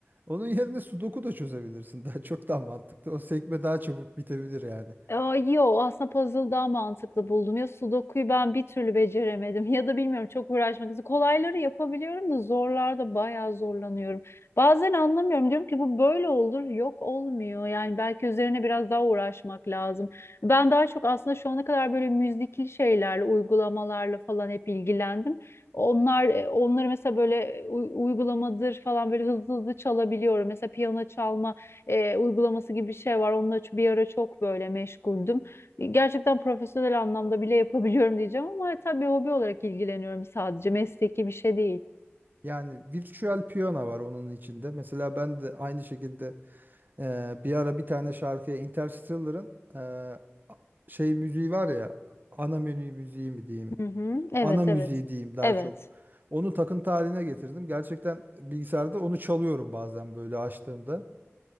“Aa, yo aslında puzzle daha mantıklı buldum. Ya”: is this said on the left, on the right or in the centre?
Left